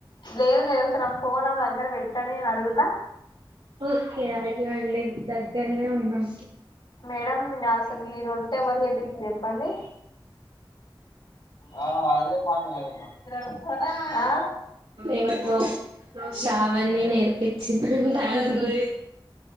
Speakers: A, on the left; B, on the right.
A: లేదు లేదు ఒకసారి అమె ఫోన్ ఆమె దగ్గర పెట్టండి అని నేనడుగు
B: ఓకే అడగండి దగ్గర్నె ఉన్నం
A: మేడం మిన్ అసలు మీరొట్టే ఎవరు చెపిచ్చిర్ చెప్పండి ఆ అదే పనిగా నీకు ఆ
B: ఎవరు బ్రో
A: ఓయ్
B: శ్రావణి నేర్పిచిందంట అండి